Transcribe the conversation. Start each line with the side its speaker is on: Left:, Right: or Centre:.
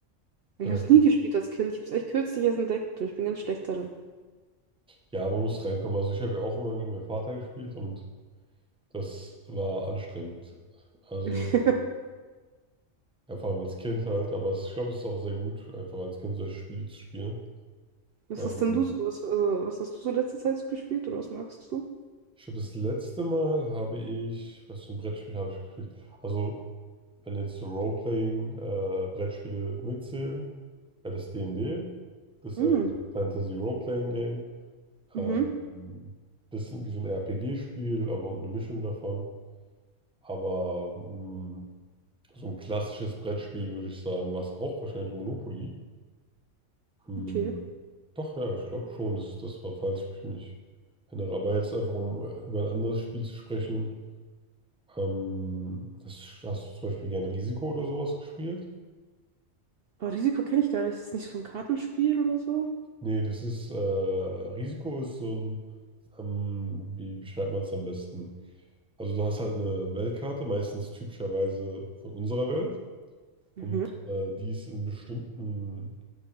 Right: Ich
Centre: Äh,
Right: habe es nie gespielt als Kind. Ich habe es echt kürzlich erst entdeckt und ich bin ganz schlecht darin.
Centre: ja, man muss reinkommen. Also ich habe ja auch immer gegen meinen Vater gespielt und Das war anstrengend. Also,
Right: <laughs>
Centre: ja, vor allem als Kind halt, aber es, ich glaube, es ist auch sehr gut, einfach als Kind solche Spiele zu spielen.
Right: Was
Centre: Ähm,
Right: hast denn du so? Was, also, was hast du so letzte Zeit so gespielt oder was magst du?
Centre: ich glaube, das letzte Mal habe ich, was für ein Brettspiel habe ich gespielt? Also, wenn jetzt so Role-Playing-Brettspiele mitzählen, wäre das D&D. Das ist
Right: Hm.
Centre: einfach ein Fantasy-Role-Playing-Game.
Right: Mhm.
Centre: Ähm, bisschen wie so ein RPG-Spiel, aber eine Mischung davon. Aber mh, so ein klassisches Brettspiel würde ich sagen, war es auch wahrscheinlich Monopoly. Hm.
Right: Okay.
Centre: Doch, ja, ich glaube schon, dass das war, falls ich mich nicht erinnere. Aber jetzt einfach, um über ein anderes Spiel zu sprechen. Ähm, das, hast du zum Beispiel gern Risiko oder sowas gespielt?
Right: Aber Risiko kenne ich gar nicht. Ist das nicht so ein Kartenspiel oder so?
Centre: Nee, das ist, äh, Risiko ist so ein, ähm, wie beschreibt man es am besten? Also du hast halt eine Weltkarte, meistens typischerweise von unserer Welt. Und
Right: Mhm.
Centre: äh, die ist in bestimmten